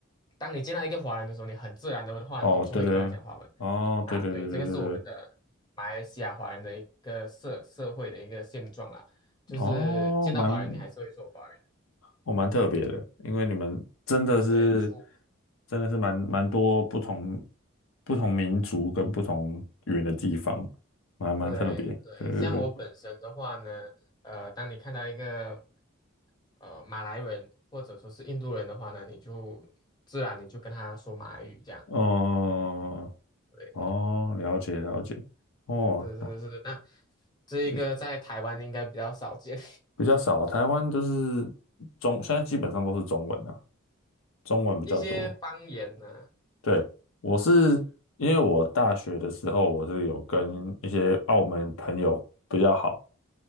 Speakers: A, on the left; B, on the left.
A: 当你见到一个华人的时候，你很自然的话，
B: 哦，
A: 你就会跟他讲华文。
B: 对对，哦，
A: 啊，
B: 对对对对对
A: 对，这个是我们的马来西亚华人的一个社社会的一个现状啦，
B: 对，
A: 就是见到华人你还是会说华人，
B: 哦，蛮，哦，蛮特别的，因为你们真的是，
A: 对，出，
B: 真的是蛮蛮多不同不同民族跟不同语言的地方，蛮蛮特别，
A: 对对，
B: 对对对，
A: 像我本身的话呢，呃，当你看到一个呃马来人或者说是印度人的话呢，你就自然你就跟他说马来语这样，
B: 哦，
A: 对，
B: 哦，了解了解，哦，
A: 是是是，
B: 那
A: 那这一个在台湾应该比较少见，
B: 也比较少，台湾就是中，现在基本上都是中文啊，中文比较多，
A: <laughs> 一些方言呢，
B: 对，我是因为我大学的时候，我是有跟一些澳门朋友比较好，